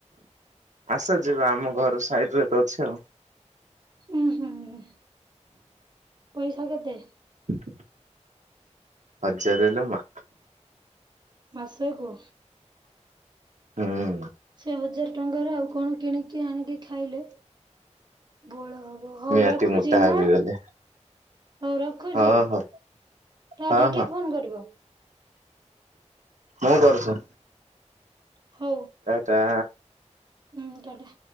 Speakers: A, on the right (about 80°); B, on the right (about 35°).
A: ଆସ ଯିବା ଆମ ଘର ସାଇଟ୍ ରେ ତ ଅଛି ଆଉ।
B: ଉଁ -ହୁଁ ପଇସା କେତେ?
A: <inaudible> ହଜାରେ ଲ ମା
B: ମାସେ କୁ?
A: ହଁ।
B: ସେ ହଜାର୍ ଟଙ୍କାରେ ଆଉ କଣ କିଣିକି ଆଣିକି ଖାଇଲେ ବଳ ହବ ହଉ
A: ନିହାତି
B: ରଖୁଚି
A: ମୋଟା
B: ହାଁ।
A: ହେବି ଗଲେ
B: ହଉ ରଖୁଚି
A: ହଁ ହଁ
B: ଟା
A: ହଁ
B: ଟା-
A: ହଁ
B: କିଏ ଫୋନ୍ କରିବ?
A: ମୁଁ କରୁଚି।
B: ହଉ
A: ଟା।
B: ହୁଁ ଟା ଟା।